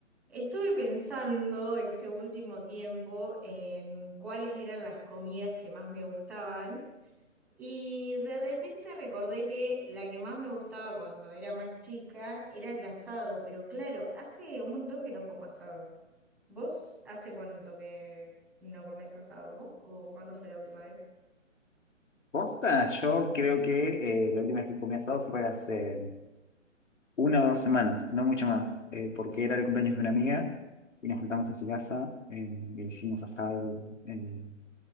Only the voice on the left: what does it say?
Posta, yo creo que eh, la última vez que comí asado fue hace mm, una o dos semanas, no mucho más, eh, porque era el cumpleaños de una amiga y nos juntamos en su casa, eh, e hicimos asado en,